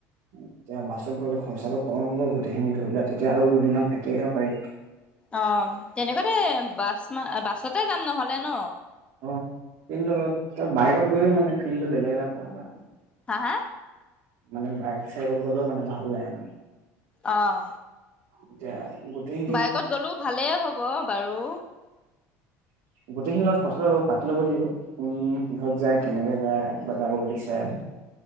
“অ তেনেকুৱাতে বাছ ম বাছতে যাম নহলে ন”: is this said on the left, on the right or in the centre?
Left